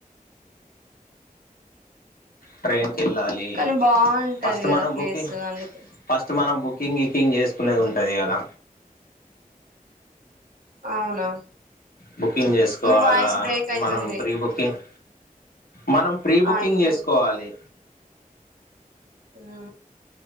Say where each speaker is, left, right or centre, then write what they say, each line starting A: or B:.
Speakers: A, on the left; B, on the right.
A: ట్రేన్ ఎళ్ళాలి
B: కానీ బాగుంటది
A: ఫస్ట్
B: కదా
A: మనం
B: ప్లేస్
A: బుకింగ్
B: అందుకే
A: ఫస్ట్ మనం బుక్ కకింగ్ క్కింగ్ చేసుకునేది ఉంటది కదా
B: అవునా
A: బుకింగ్ జేసుకోవాల
B: మీ వాయిస్ బ్రేక్ అయితుంది
A: మనం ప్రీబుకింగ్ మనం ప్రీ బుకింగ్
B: ఆ ఇప్పుడు
A: చేసుకోవాలి
B: ఆ